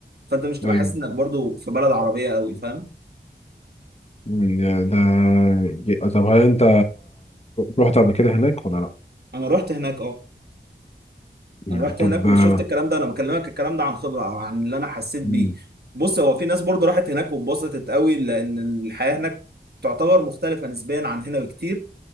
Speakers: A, on the right; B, on the left.
A: فانت مش تبقى
B: أيوة
A: حاسس انك برضو في بلد عربية قوي فاهم
B: أمم، يعني ده ي- طب هل أنت رحت قبل كده هناك ولا لأ؟
A: انا رحت هناك اه
B: يعني
A: انا رحت
B: طب
A: هناك وشفت
B: آه،
A: الكلام ده انا بكلمك الكلام ده عن خبرة او عن اللي انا حسيت بيه
B: أمم،
A: بص هو في ناس برضو راحت هناك واتبسطت قوي لان الحياة هناك تعتبر مختلفة نسبيا عن هنا بكتير